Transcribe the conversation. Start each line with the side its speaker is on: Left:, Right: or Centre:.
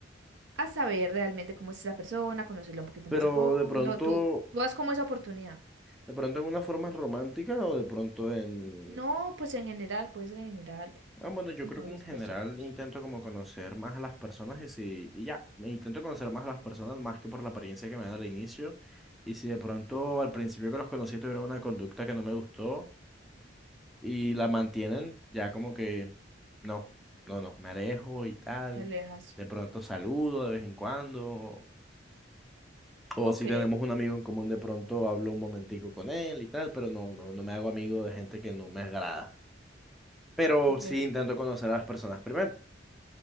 Right: a saber realmente cómo es esa persona, conocerla un poquito
Centre: pero
Right: más a fondo?
Centre: de pronto,
Right: ¿Tú, tú das como esa oportunidad?
Centre: de pronto en una forma romántica o de pronto en,
Right: No, pues en general, puede ser en general,
Centre: Ah, bueno, yo
Right: con
Centre: creo
Right: todas
Centre: que
Right: las
Centre: en general
Right: personas.
Centre: intento como conocer más a las personas y si, y ya, me intento conocer más a las personas más que por la apariencia que me dan al inicio. Y si de pronto al principio que los conocí tuvieron una conducta que no me gustó y la mantienen, ya como que no, no, no, me alejo y tal.
Right: Te alejas.
Centre: De pronto saludo de vez en cuando. O
Right: Ok,
Centre: si tenemos un amigo en común, de pronto hablo un momentico con él y tal, pero no, no, no me hago amigo de gente que no me agrada. Pero
Right: ok,
Centre: sí intento conocer a las personas primero.